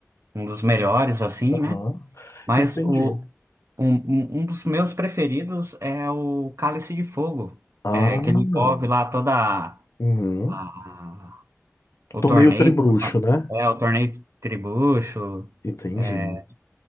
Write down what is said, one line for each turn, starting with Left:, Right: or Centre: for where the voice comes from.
Right: um dos melhores, assim,
Left: Aham,
Right: né? Mas
Left: Entendi.
Right: o, um, um um dos meus preferidos é o Cálice de Fogo,
Left: Ah,
Right: é, que ele envolve lá toda a,
Left: uhum.
Right: a- o
Left: Torneio
Right: torneio,
Left: Tribruxo,
Right: lá,
Left: né?
Right: é, o torneio tribucho.
Left: Entendi.
Right: é,